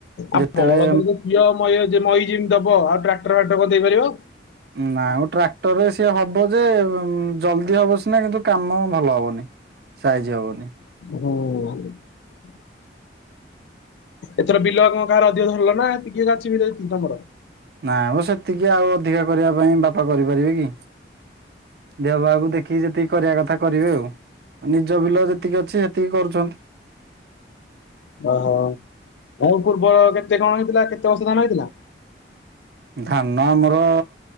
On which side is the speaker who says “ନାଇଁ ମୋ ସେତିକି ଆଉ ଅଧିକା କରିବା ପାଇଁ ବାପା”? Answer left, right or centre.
Right